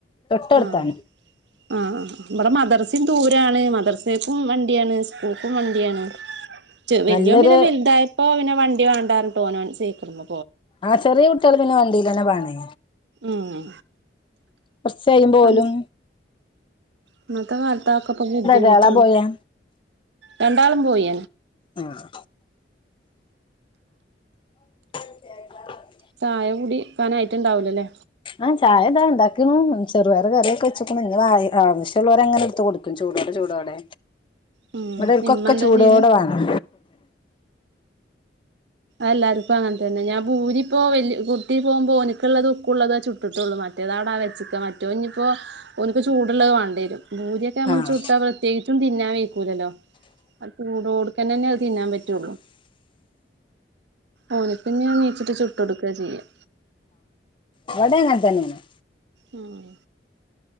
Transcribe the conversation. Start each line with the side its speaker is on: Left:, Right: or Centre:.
Left: തൊട്ടട്ത്താണ്.
Right: ആഹ് ആഹ് ഇബടെ മദർസിം ദൂരാണ് മദർസേക്കും വണ്ടിയാണ്. സ്കൂക്കും വണ്ടിയാണ്. വല്യോൻ
Left: നല്ലൊരു
Right: പിന്നെ വൽതായപ്പോ പിന്നെ വണ്ടി വാണ്ടാർഞ്ഞ്ട്ട് ഓനോൻ സൈക്ക്ള്മ്മ
Left: ആഹ് ചെറീ കുട്ട്യാള് പിന്നെ വണ്ടീലെ ന്നെ പാണെ
Right: ഉം.
Left: <unintelligible>
Right: ഇപ്പം
Left: പോലും
Right: ഇന്നത്തെ കാൽത്ത ആക്ക ഇപ്പൊ ബുദ്ധിമുട്ടാണ്
Left: ഗേളാ ബോയാ
Right: രണ്ടാളും പോയി
Left: ആഹ് <inaudible>
Right: ചായ കുടിക്കാനായിട്ട് ണ്ടാവുലല്ലേ?
Left: ആഹ് ചായ ഇതാ ഇണ്ടാക്ക്ണു. ചെറുപയറ് കറിയൊക്കെ വെച്ച്ക്ക്ണു. ഞ്ഞ് ആവശ്യം ള്ളോരങ്ങനെ ഇട്ത്ത് കുടിക്കും ചൂടോടെ ചൂടോടെ.
Right: ഉം
Left: ഇവ്ടോൽക്കൊക്കെ
Right: ഇമ്മ എന്താ
Left: ചൂടോടെ
Right: ചെയ്യണ്
Left: വാ ണം.
Right: എല്ലാർക്കും അങ്ങൻ തന്നെ ഞാൻ ഭൂരിപ്പോ വല്ല കുട്ടി പോമ്പോ ഓ നിക്ക്ള്ളതും ഓക്കുള്ളത ചുട്ട്ട്ടുള്ളൂ. മറ്റേതാടാ വെച്ചക്ക മറ്റോം ഞ്ഞ്പ്പോ ഓൻക്ക് ചൂട്ള്ള വാണ്ടിയരും. ഭൂരിയൊക്കെ നമ്മള്
Left: ആഹ്
Right: ചുട്ടാ പ്രത്യേകിച്ചും തിന്നാ വെയ്ക്കൂലല്ലോ. ആത് ചൂടോടുക്കനന്നെ അത് തിന്നാൻ പറ്റുള്ളൂ ഓനിപ്പെനി എനീച്ചിട്ട് ചുട്ട് എടുക്കാ ചെയ്യാ.
Left: ഇവടെ ഇങ്ങനെത്തന്നെയാണ്.
Right: ഉം